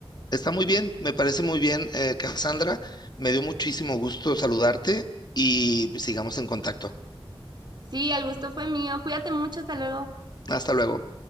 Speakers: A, on the left; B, on the right.
A: Está muy bien, me parece muy bien, eh, Cassandra. Me dio muchísimo gusto saludarte y pues, sigamos en contacto.
B: Sí, el gusto fue mío, cuídate mucho, hasta luego.
A: Hasta luego.